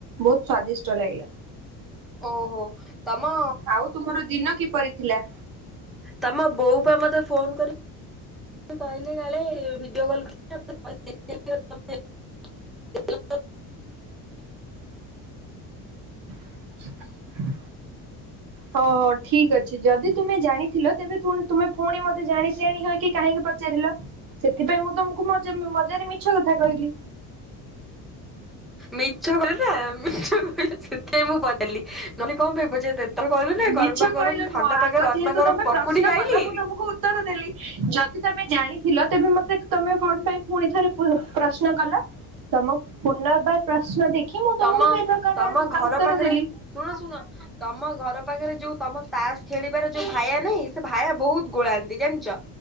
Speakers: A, on the right (about 55°); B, in the centre.
A: ବହୁତ ସ୍ଵାଦିଷ୍ଟ ଲାଗିଲା।
B: ଓହୋ। ତମ
A: ଆଉ ତୁମର ଦିନ କିପରି ଥିଲା?
B: ତମ ବୋଉ ପା ମତେ ଫୋନ କରି କହିଲେ କାଳେ ଭିଡିଓ କଲ <unintelligible>
A: <unintelligible> ହ ଠିକ ଅ ଛି ଯଦି ତୁମେ ଜାଣିଥିଲ ତେବେ ପୁଣି ତୁମେ ପୁଣି ମତେ ଜାଣି ସିଆଣି ହୋଇକି କାହିଁକି ପଚାରିଲ? ସେଥିପାଇଁ ମୁଁ ତମକୁ ମଜା ମଜାରେ ମିଛ କଥା କହିଲି।
B: ମିଛ କିହିନା ମିଛ କହିଲ ସେଥିପାଇଁ ମୁଁ ପଚାରିଲି। ନହଲେ କଁ କହିବ ଯେ ତେ ତମେ କହିଲ ନା ଗରମା
A: ମିଛ
B: ଗରମ
A: କହିଲ
B: ଥଣ୍ଡା
A: ନୁହଁ ଆଗ
B: ପାଗ ଗରମା
A: ଯେହେତୁ
B: ଗରମ
A: ତମେ
B: ପକୁଡି
A: ପ୍ରଶ୍ନ
B: ଖାଇଲି।
A: କଲ ମୁଁ ତମକୁ ଉତ୍ତର ଦେଲି ଯଦି ତମେ ଜାଣିଥିଲ ତେବେ ମତେ ତମେ କଣ ପାଇଁ ପୁଣି ଥରେ ପ୍ର-ପ୍ରଶ୍ନ କଲ? ତମ ପୁନର୍ବାର ପ୍ରଶ୍ନ ଦେଖି ମୁଁ ତମକୁ
B: ତମ
A: ସେଇ ପ୍ରକାର
B: ତମ
A: ଆନ
B: ଘର
A: ଉତ୍ତର
B: ପାଖରେ
A: ଦେଲି।
B: ଶୁଣ ଶୁଣ ତମ ଘର ପାଖରେ ଯୋଉ ତମ ତାସ ଖେଳିବାର ଯୋଉ ଭାୟା ନାହିଁ ସେ ଭାୟା ବହୁତ ଗୋଳାନ୍ତି ଜାଣିଚ?